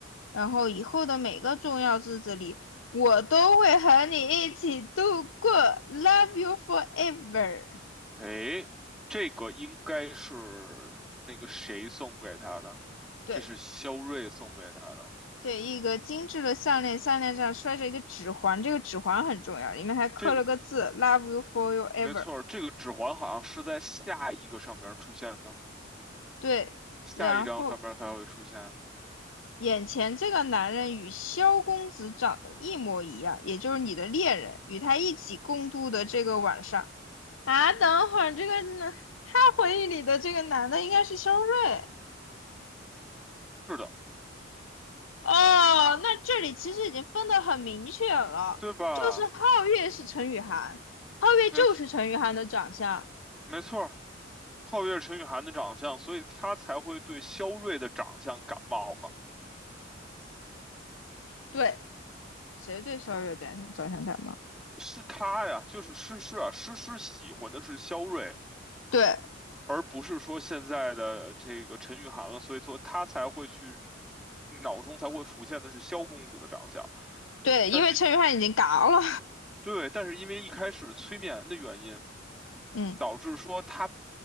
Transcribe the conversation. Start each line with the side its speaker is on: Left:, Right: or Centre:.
Left: 然后以后的每个重要日子里，我都会和你一起度过，Love you forever。
Centre: 诶，这个应该是那个谁送给他的？
Left: 对
Centre: 这是萧睿送给他的。
Left: 对，一个精致的项链，项链上拴着一个指环，这个指环很重要，里面还刻了个字，Love
Centre: 这个
Left: you for you ever。
Centre: 没错儿，这个指环好像是在下一个上边儿出现的。
Left: 对，
Centre: 下一章上面才会出现。
Left: 然后眼前这个男人与萧公子长得一模一样，也就是你的恋人，与他一起共度的这个晚上啊，等会儿这个男，他回忆里的这个男的应该是肖瑞
Centre: 是的，
Left: 哦，那这里其实已经分得很明确了，
Centre: 对吧？
Left: 就是皓月是陈雨涵，皓月就是陈雨涵的长相。
Centre: 没错，没错儿。皓月陈雨涵的长相，所以他才会对萧睿的长相感冒嘛。
Left: 对，谁对萧月感想着想感冒？
Centre: 是他呀，就是诗诗啊，诗诗喜欢的是萧睿，
Left: 对
Centre: 而不是说现在的这个陈雨涵了，所以说他才会去脑中才会浮现的是萧公子的长相。
Left: 对，
Centre: 但是，
Left: 因为陈雨涵已经嘎了，
Centre: 对，但是因为一开始催眠的原因。
Left: 嗯，
Centre: 导致说他